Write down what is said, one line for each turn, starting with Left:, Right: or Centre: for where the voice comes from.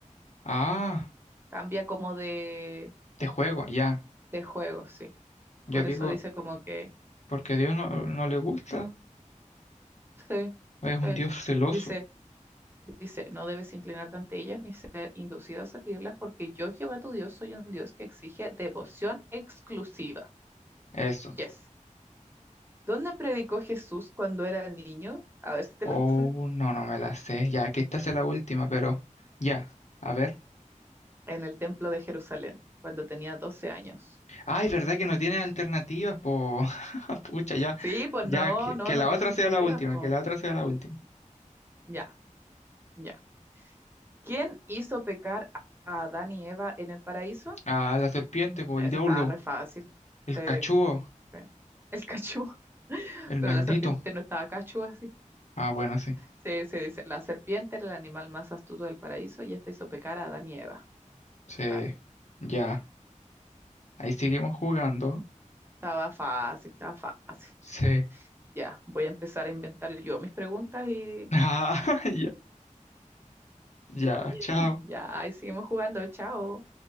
Left: Ah,
Right: Cambia como de,
Left: de juego, ya.
Right: de juego, sí.
Left: Yo
Right: Por
Left: digo
Right: eso dice como que.
Left: Porque a Dios no, no le gusta.
Right: Sí,
Left: Es un
Right: sí.
Left: Dios celoso.
Right: Dice. Dice, no debes inclinarte ante ellas ni ser inducido a servirlas, porque yo, Jehová tu Dios, soy un Dios que exige devoción exclusiva.
Left: Eso.
Right: Yes. ¿Dónde predicó Jesús cuando era niño? A ver si te
Left: Oh,
Right: la sabes.
Left: no, no me la sé. Ya, que esta es la última, pero ya. A ver.
Right: En el templo de Jerusalén, cuando tenía 12 años.
Left: Ay, ¿verdad que no tiene alternativas? Po... <laughs> Pucha, ya.
Right: Sí, pues
Left: Ya,
Right: no,
Left: que,
Right: no,
Left: que
Right: no
Left: la
Right: tiene
Left: otra
Right: alternativa.
Left: sea la última,
Right: pues.
Left: que la otra sea la última.
Right: Ya, ya. ¿Quién hizo pecar a Adán y Eva en el paraíso?
Left: Ah, la serpiente, po,
Right: No,
Left: el
Right: Eso
Left: diablo,
Right: estaba re fácil.
Left: el
Right: Sí,
Left: cachudo,
Right: sí. El cachú. <laughs>
Left: el
Right: Pero
Left: maldito.
Right: la serpiente no estaba cachú así.
Left: Ah, bueno, sí.
Right: Se, se dice, la serpiente era el animal más astuto del paraíso y esta hizo pecar a Adán y Eva.
Left: Sí.
Right: Ah,
Left: Ya. Ahí seguimos jugando.
Right: Estaba fácil, estaba fácil.
Left: Sí. <laughs>
Right: Ya, voy a empezar a inventar yo mis preguntas y
Left: Ah, ya. Ya,
Right: <laughs>
Left: chao.
Right: ya, y seguimos jugando. Chao.